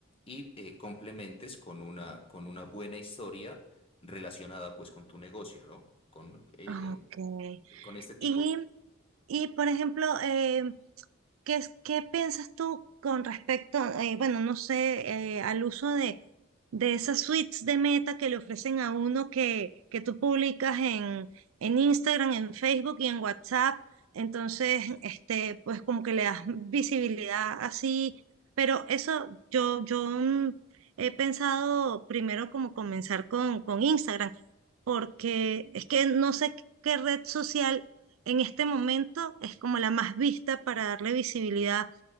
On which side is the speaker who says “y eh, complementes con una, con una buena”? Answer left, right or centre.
Left